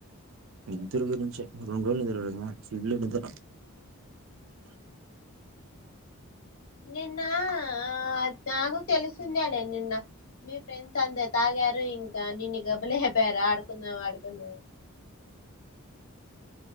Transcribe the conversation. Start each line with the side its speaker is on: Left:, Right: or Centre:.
Right: నిద్దరు గురించే రెండు రోజులు నిద్ర కదా ఫుల్ నిద్ర
Left: నిన్న ఆ నాకు తెలిసిందే లే నిన్న మీ ఫ్రెండ్స్ అందరు తాగారు ఇంకా నిన్ను గబ్బులేపారు ఆడుకుందాం ఆడుకుందాం